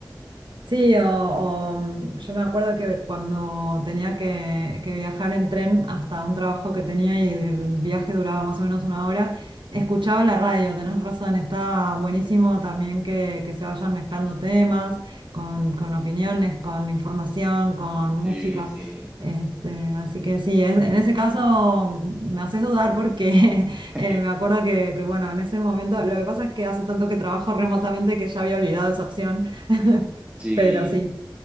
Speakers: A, on the right; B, on the right.
A: Sí, o, o, mm, yo me acuerdo que cuando tenía que, que viajar en tren hasta un trabajo que tenía y el viaje duraba más o menos una hora, escuchaba la radio, tenés razón, está buenísimo también que, que se vayan mezclando temas con, con opiniones, con información, con música.
B: Sí, sí.
A: Este, así que sí, es- en ese caso me haces dudar porque <laughs>
B: <laughs>
A: eh, me acuerdo que, que, bueno, en ese momento, lo que pasa es que hace tanto que trabajo remotamente que ya había olvidado esa opción. <laughs>
B: Sí,
A: Pero sí,